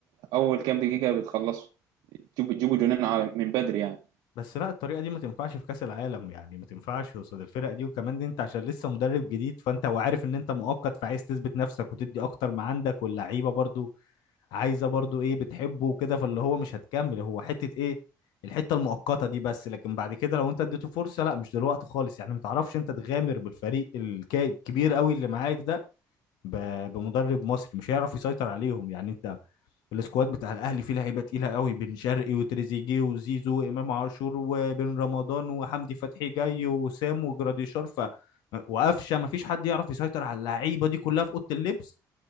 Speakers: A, on the right; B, on the left.
A: اول كام دقيقة بتخلصوا بتجيبوا بتجيبوا جنان ع- من بدري يعني
B: بس لا الطريقه دي ما تنفعش في كاس العالم يعني ما تنفعش قصاد الفرق دي وكمان دي انت عشان لسه مدرب جديد فانت وعارف ان انت مؤقت فعايز تثبت نفسك وتدي اكتر ما عندك واللعيبه برضو عايزه برضو ايه بتحبه وكده فاللي هو مش هتكمل هو حته ايه الحته المؤقته دي بس لكن بعد كده لو انت اديته فرصه لا مش دلوقتي خالص يعني ما تعرفش انت تغامر بالفريق الكا- الكبير قوي اللي معاك ده ب- بمدرب مصري مش هيعرف يسيطر عليهم يعني انت السكواد بتاع الاهلي فيه لعيبه تقيله قوي بن شرقي وتريزيجيه وزيزو وامام عاشور وبن رمضان وحمدي فتحي جاي وسام وجراديشار ف وقفشه ما فيش حد يعرف يسيطر على اللعيبه دي كلها في اوضه اللبس